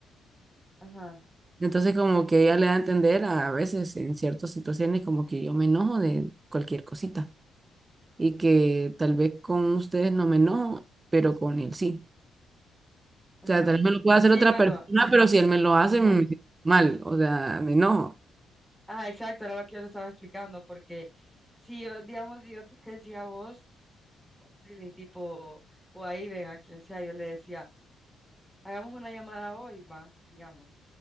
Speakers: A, in the centre; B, on the right.
A: ajá,
B: Entonces, como que ella le da a entender a veces en ciertas situaciones como que yo me enojo de cualquier cosita y que tal vez con ustedes no me enojo, pero con él sí.
A: ajá.
B: O sea, tal vez me lo pueda hacer
A: Sí,
B: otra
A: bueno,
B: persona, pero si él me lo hace,
A: ajá.
B: me siento mal, o sea, me enojo.
A: Ah, exacto, era lo que yo te estaba explicando, porque si yo, digamos, si yo te decía a vos, ni tipo, o ahí ven a quien sea, yo le decía, hagamos una llamada hoy, va, digamos.